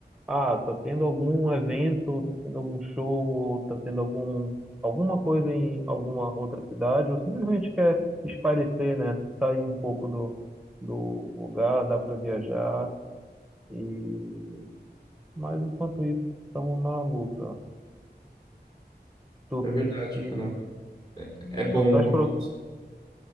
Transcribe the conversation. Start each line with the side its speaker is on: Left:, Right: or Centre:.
Centre: ah, tá tendo algum evento, tá tendo algum show, ou tá tendo algum, alguma coisa em alguma outra cidade, ou simplesmente quer espairecer, né? Sair um pouco do, do lugar, dá para viajar. E... Mas enquanto isso, estamos na luta. Tu,
Left: é verdade,
Centre: e
Left: cara. É bom,
Centre: tu estás
Left: home office.